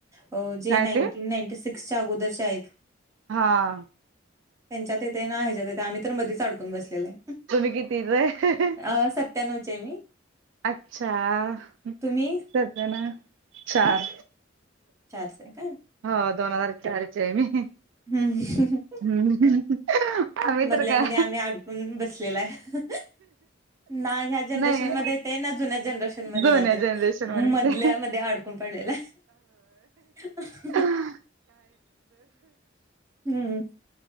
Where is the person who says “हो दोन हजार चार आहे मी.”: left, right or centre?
Right